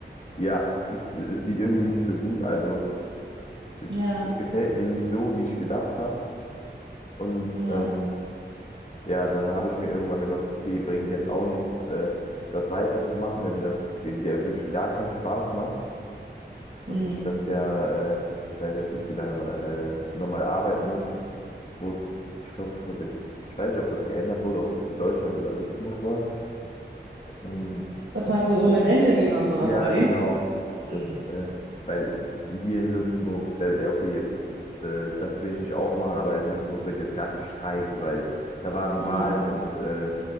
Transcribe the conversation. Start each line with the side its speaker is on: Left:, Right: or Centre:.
Left: ja, <laughs> es ist, es sieht irgendwie nicht so gut. Also es,
Right: Ja.
Left: es gefällt mir nicht so, wie ich gedacht habe. Und
Right: Ja.
Left: ähm, ja, dann habe ich mir irgendwann gedacht, okay, bringt jetzt auch nichts, äh, das weiterzumachen, wenn mir das ge- ge- wirklich gar keinen Spaß macht und
Right: Mhm.
Left: ich das ja, äh, ich weiß jetzt nicht, wie lange man äh, nochmal arbeiten muss. Das wurde, ich glaube, das wurde jetzt, ich weiß nicht, ob das geändert wurde, ob es jetzt Deutschland oder Luxemburg war. Ähm,
Right: Was meinst du, so mit Rente gehen und sowas,
Left: ja,
Right: oder
Left: genau.
Right: wie? Mhm.
Left: Das, äh, weil hier in Luxemburg, da, ja, okay, jetzt, äh, das will ich nicht aufmachen, aber in Luxemburg wird jetzt gerade gestreikt, weil da waren
Right: Mhm.
Left: Wahlen und äh,